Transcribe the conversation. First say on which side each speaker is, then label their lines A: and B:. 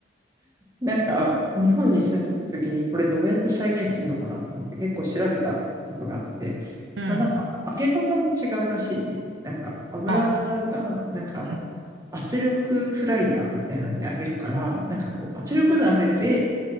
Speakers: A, on the right; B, on the right.
A: なんか、日本に住んでた時に、これどうやって再現するのかなと思って結構調べたことがあって、
B: う。うん。
A: まあなんか、揚げ方も違うらしいね。なんか、油が、
B: あ、
A: なんかあの、
B: うん、うん。
A: 圧力フライヤーみたいなんで揚げるから、なんかこう、圧力鍋で、